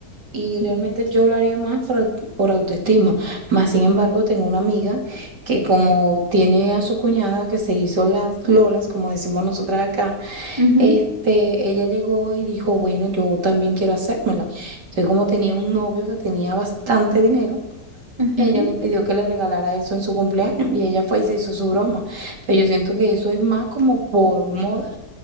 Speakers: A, on the right; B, on the right.
A: y realmente
B: Sí.
A: yo lo haría más por, por autoestima. Más sin embargo, tengo una amiga que como tiene a su cuñada que se hizo las lolas, como decimos nosotras acá,
B: Ujú,
A: este, ella llegó y dijo, bueno, yo también quiero hacérmela. Entonces, como tenía un novio que tenía bastante dinero,
B: ujú.
A: ella le pidió que le regalara eso en su cumpleaños y ella fue y se hizo su broma. Pero yo siento que eso es más como por moda